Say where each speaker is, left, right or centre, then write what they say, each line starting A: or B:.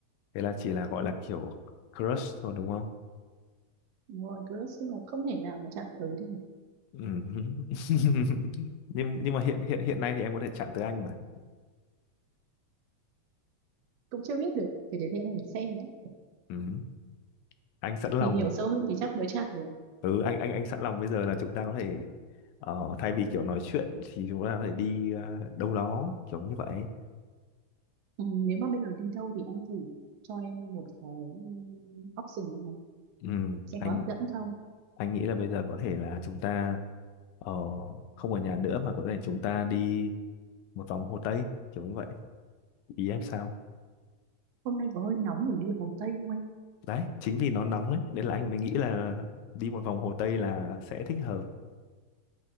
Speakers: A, on the left; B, on the right.
A: thế là chỉ là gọi là kiểu crush thôi đúng không
B: đúng rồi cứ nhưng mà không thể nào mà chạm tới được
A: Ừm. <laughs> nhưng nhưng mà hiện hiện hiện nay thì em có thể chạm tới anh mà
B: cũng chưa biết được cái đấy thì đến đây em phải xem đấy
A: Ừm. anh sẵn lòng
B: tìm hiểu sâu hơn thì chắc mới chạm được
A: ừ anh anh anh sẵn lòng bây giờ là chúng ta có thể ờ, thay vì kiểu nói chuyện thì chúng ta có thể đi ờ, đâu đó kiểu như vậy
B: Ừ, nếu mà bây giờ đi đâu thì anh thử cho em một cái um, option này
A: Ừ,
B: xem
A: anh
B: có hấp dẫn không
A: anh nghĩ là bây giờ có thể là chúng ta ờ, không ở nhà nữa mà có thể chúng ta đi một vòng Hồ Tây kiểu như vậy. Ý em sao?
B: hôm nay có hơi nóng để mà đi Hồ Tây không anh
A: Đấy, chính vì nó nóng ấy nên là anh mới nghĩ là đi một vòng Hồ Tây là sẽ thích hợp.